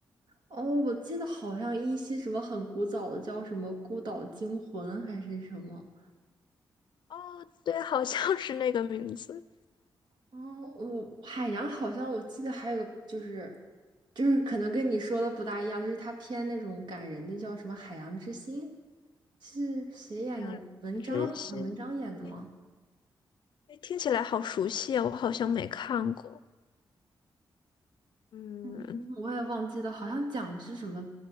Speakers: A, on the right; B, on the left.
A: 哦，我记得好像一些什么很古早的叫什么《孤岛惊魂》还是什么。
B: 哦，对，好像是那个名字。
A: 哦，我海洋好像我记得还有个就是，就是可能跟你说的不大一样，就是它偏那种感人的，叫什么《海洋之心》，是谁演的来？
B: 两只星，
A: 文章好像文章演的吗？
B: 哎，哎听起来好熟悉啊，我好像没看过。嗯，
A: 嗯，我也忘记了，好像讲的是什么，